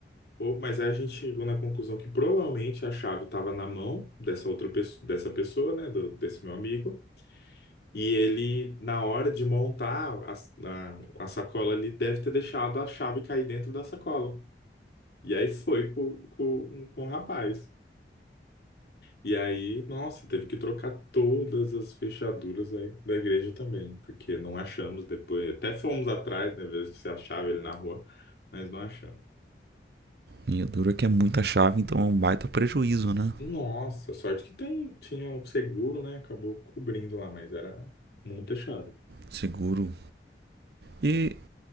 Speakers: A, on the left; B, on the right.
A: ou, mas aí a gente chegou na conclusão que provavelmente a chave estava na mão dessa outra pessoa, dessa pessoa, né? do- desse meu amigo. E ele, na hora de montar a, a, a sacola, ele deve ter deixado a chave cair dentro da sacola. E aí foi com, com, com o rapaz. E aí, nossa, teve que trocar todas as fechaduras aí da igreja também, porque não achamos depois. Até fomos atrás, né, ver se achava ele na rua, mas não achamos.
B: E a dura que é muita chave, então é um baita prejuízo, né?
A: Nossa, sorte que tem, tinha seguro, né? Acabou cobrindo lá, mas era muito achado.
B: Seguro. E